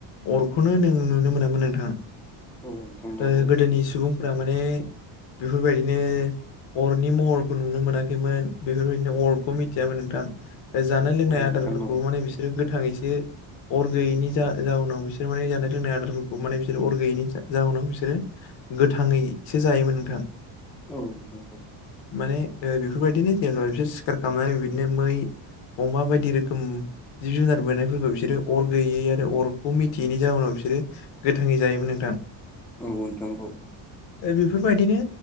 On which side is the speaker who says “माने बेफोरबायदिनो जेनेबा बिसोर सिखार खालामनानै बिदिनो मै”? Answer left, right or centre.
Left